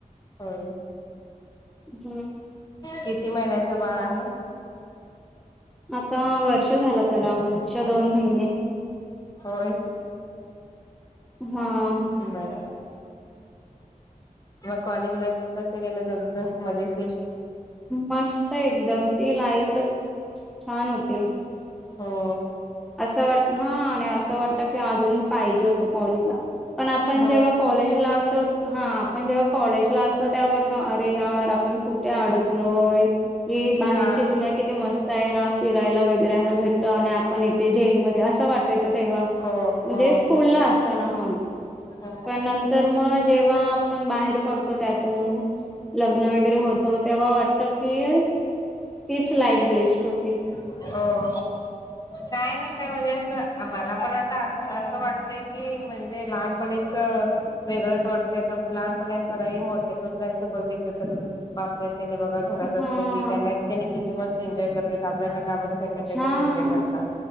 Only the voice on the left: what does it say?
होय.
किती महिन्यांचं बाळ आहे?
होय
बरा मग कॉलेज लाईफ कसं गेलं तुमचं मजेशीर?
हो.
हो
हा
हो
हो
हो.
अ. काय ना, काय म्हणजे, असं मला पण आता अस असं वाटतय, की म्हणजे लहानपणीच वेगळंच वाटतय आता, लहानपणी असताना, हे मोट दुसऱ्यांचं बघितलं तर बापरे! तेनी बघा घरात असत्याती,
त्यांना त्यांनी किती एक मस्त एन्जॉय करते, आपल्याला घाबर तोय त्या
कणी